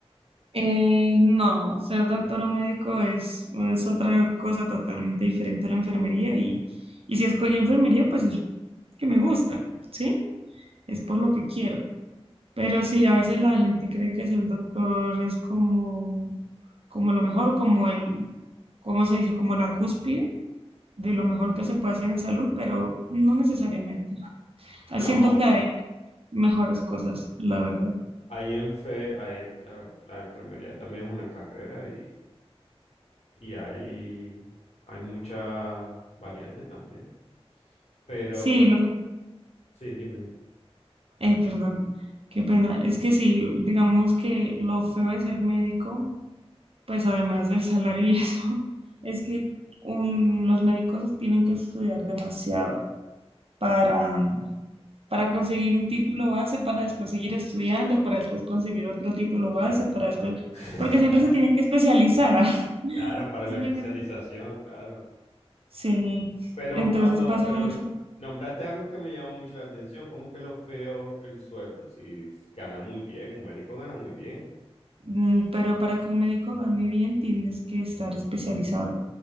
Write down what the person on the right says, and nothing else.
Eh, no, ser doctor
o médico es, es otra cosa totalmente diferente a la enfermería y, y si escogí enfermería, pues es que me gusta, ¿sí? Es por lo que quiero. Pero sí, a veces la gente cree que ser doctor es como, como lo mejor, como el, ¿cómo se dice? Como la cúspide de lo mejor que se puede hacer en salud, pero no necesariamente. Ah,
Siento que hay mejores cosas, la verdad.
Sí, lo que
Eh, perdón, qué pena. Es que sí, digamos que lo feo de ser médico, pues además del salario y eso, <laughs> es que un- los médicos tienen que estudiar demasiado para, para conseguir un título base, para después seguir estudiando, para después conseguir otro título base,
para después,
porque siempre se tienen que especializar. <laughs>
¿Sí
me
hago entender?
Sí,
entonces
pasa
mucho,
mm, pero para que un médico gane bien tienes que estar especializado.